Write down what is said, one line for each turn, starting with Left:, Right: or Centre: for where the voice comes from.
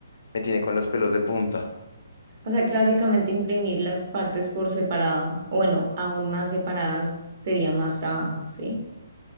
Left: me tiene con los pelos de punta.
Right: O sea que básicamente imprimir las partes por separado, o bueno, aún más separadas sería más trabajo, ¿sí?